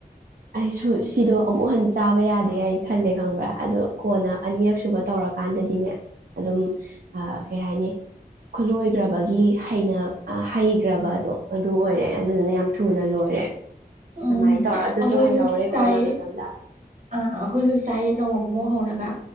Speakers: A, on the right; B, on the right.
A: ꯑꯩ ꯁꯣꯏꯁ ꯁꯤꯗꯣ ꯑꯃꯨꯛ ꯍꯟꯅ ꯆꯥꯕ ꯌꯥꯗꯦ ꯍꯥꯏ ꯈꯜꯂꯦ ꯈꯪꯕ꯭ꯔꯥ ꯑꯗꯣ ꯀꯣꯟꯅ ꯑꯅꯤꯔꯛ ꯁꯨꯕ ꯇꯧꯔꯀꯥꯟꯗꯗꯤꯅꯦ ꯑꯗꯨꯝ ꯀꯩ ꯍꯥꯏꯅꯤ ꯈꯨꯠꯂꯣꯏꯈ꯭ꯔꯕꯒꯤ ꯍꯩꯅ ꯍꯩꯈ꯭ꯔꯕ ꯑꯗꯣ ꯑꯗꯨ ꯑꯣꯏꯔꯦ ꯑꯗꯨꯗꯨꯅ ꯌꯥꯝ ꯊ ꯊꯨꯅ ꯂꯣꯏꯔꯦ
B: ꯎꯝ
A: ꯑꯗꯨꯃꯥꯏꯅ ꯇꯧꯔ ꯑꯗꯨꯁꯨ
B: ꯑꯩꯈꯣꯏꯁꯨ
A: ꯍꯩꯍꯧꯔꯦ
B: ꯆꯥꯏ
A: ꯀꯣꯔꯣꯅꯥ ꯃꯇꯝꯗ
B: ꯑꯥ ꯑꯩꯈꯣꯏꯁꯨ ꯆꯥꯏꯌꯦ ꯅꯣꯡꯃꯃꯃꯨꯛ ꯍꯧꯔꯒ